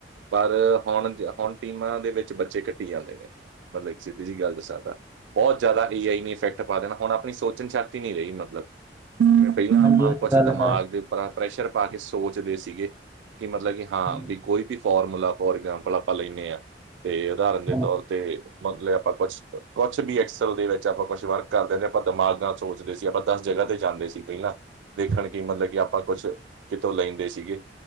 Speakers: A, on the right; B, on the right.
A: ਪਰ, ਹੁਣ-ਹੁਣ ਟੀਮਾਂ ਦੇ ਵਿੱਚ ਬੱਚੇ ਘਟੀ ਜਾਂਦੇ ਨੇ। ਮਤਲਬ ਇੱਕ ਸਿੱਧੀ ਜੀ ਗੱਲ ਦੱਸਾਂ ਤਾਂ, ਬਹੁਤ ਜ਼ਿਆਦਾ ਏ ਆਈ ਨੇ ਇਫੈਕਟ ਪਾ ਦੇਣਾ ਹੁਣ ਆਪਣੀ ਸੋਚਣ ਸ਼ਕਤੀ ਨੀ ਰਹੀ ਮਤਲਬ, ਪਹਿਲਾਂ
B: ਹਾਂਜੀ
A: ਆਪਾਂ
B: ਇਹ ਤਾਂ
A: ਕੁਛ ਦਿਮਾਗ
B: ਗੱਲ ਹੈ
A: ਦੇ ਉੱਪਰ ਪ੍ਰੈਸ਼ਰ ਪਾਕੇ ਸੋਚਦੇ ਸੀਗੇ ਕਿ, ਮਤਲਬ ਕਿ, ਹਾਂ,
B: ਹਾਂਜੀ
A: ਵੀ ਕੋਈ ਵੀ ਫੋਰਮੂਲਾ ਫੋਰ ਇਗਜਾਮਪਲ ਆਪਾਂ ਲੈਂਦੇ ਹਾਂ ਤੇ ਉਦਾਹਰਨ ਦੇ
B: ਹਾਂਜੀ
A: ਤੌਰ ਤੇ ਮਤਲਬ ਆਪਾਂ ਕੁਛ-ਕੁਛ ਵੀ ਐਕਸਲ ਦੇ ਵਿੱਚ ਆਪਾਂ ਕੁਛ ਵਰਕ ਕਰਦੇ ਆ, ਆਪਾਂ ਦਿਮਾਗ ਨਾਲ ਸੋਚਦੇ ਸੀ। ਆਪਾਂ ਦਸ ਜਗ੍ਹਾ ਤੇ ਜਾਂਦੇ ਸੀ ਪਹਿਲਾਂ ਦੇਖਣ ਕੀ ਮਤਲਬ ਕਿ ਆਪਾਂ ਕੁਛ ਕਿਥੋਂ ਲੈਂਦੇ ਸੀਗੇ